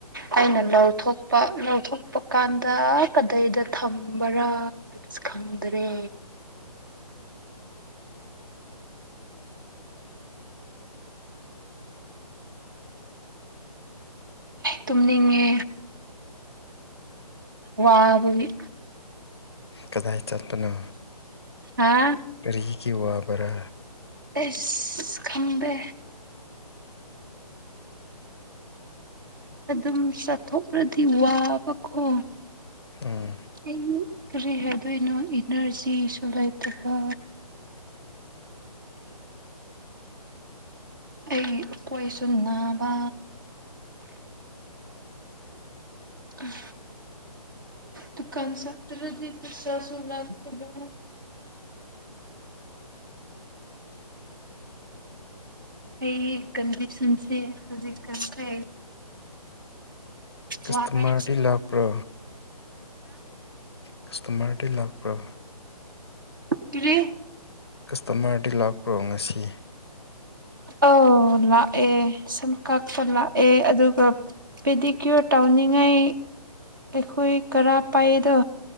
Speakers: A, on the right; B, on the left.
A: ꯑꯩꯅ ꯂꯧ ꯊꯣꯛꯄ ꯄꯥꯛ ꯂꯧꯊꯣꯛꯄ ꯀꯥꯟꯗ ꯀꯗꯥꯏꯗ ꯊꯝꯕꯔꯥ ꯍꯥꯏꯕꯁꯨ ꯈꯪꯗ꯭ꯔꯦ? ꯇꯨꯝꯅꯤꯡꯉꯦ ꯋꯥꯕꯒꯤ
B: ꯀꯗꯥꯏ ꯆꯠꯄꯅꯣ
A: ꯍꯥꯥ
B: ꯀꯔꯤꯒꯤ ꯋꯥꯕꯔꯥ
A: ꯑꯁ ꯈꯪꯗꯦ ꯑꯗꯨꯝ ꯆꯠꯊꯣꯛꯂ꯭ꯗꯤ ꯋꯥꯕꯀꯣ
B: ꯎꯝ
A: ꯑꯩ ꯀꯔꯤ ꯍꯥꯏꯗꯣꯏꯅꯣ ꯏꯅꯔꯖꯤꯁꯨ ꯂꯩꯇꯕ ꯑꯩ ꯀꯣꯏꯁꯨ ꯅꯥꯕ ꯑꯝ ꯗꯨꯀꯥꯟ ꯆꯠꯇꯔꯗꯤ ꯄꯩꯁꯥꯁꯨ ꯂꯛꯇꯕ ꯑꯩꯒꯤ ꯀꯟꯗꯤꯁꯟꯁꯦ ꯍꯧꯖꯤꯛꯀꯟꯁꯦ
B: ꯀꯁꯇꯃꯔꯗꯤ
A: ꯋꯥꯏ
B: ꯂꯥꯛꯄ꯭ꯔꯣ ꯀꯥꯁꯇꯃꯔꯗꯤ ꯂꯥꯛꯄ꯭ꯔ
A: ꯀꯔꯤ
B: ꯀꯁꯇꯃꯔꯗꯤ ꯂꯥꯛꯄ꯭ꯔꯣ ꯉꯁꯤ
A: ꯑꯣ ꯂꯥꯛꯑꯣ ꯁꯝ ꯀꯛꯄꯥ ꯂꯥꯛꯑꯣ ꯑꯦ ꯑꯗꯨꯒ ꯄꯦꯗꯤꯀ꯭ꯌꯣꯔ ꯇꯧꯅꯤꯡꯉꯥꯏ ꯑꯩꯈꯣꯏ ꯀꯔꯥ ꯄꯥꯏꯗꯣ